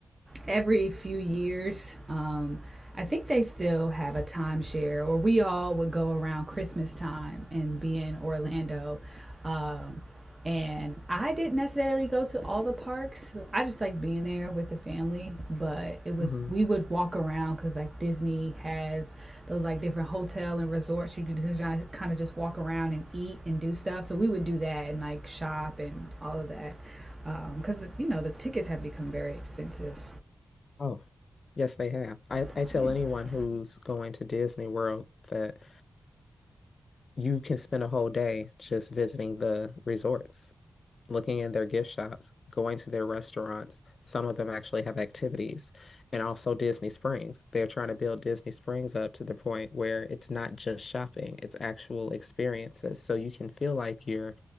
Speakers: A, on the right; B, on the left.
A: every few years. Um, I think they still have a timeshare, or we all would go around Christmas time and be in Orlando. Um, and I didn't necessarily go to all the parks. I just like being there with the family, but it was
B: <laughs>
A: we would walk around because like Disney has those like different hotel and resorts you can kind of just walk around and eat and do stuff. So we would do that and like shop and all of that because um, you know the tickets have become very expensive
B: Oh, yes, they have. I,
A: <laughs>
B: I tell anyone who's going to Disney World that you can spend a whole day just visiting the resorts. looking in their gift shops, going to their restaurants. Some of them actually have activities, and also Disney Springs. They're trying to build Disney Springs up to the point where it's not just shopping, it's actual experiences. So you can feel like you're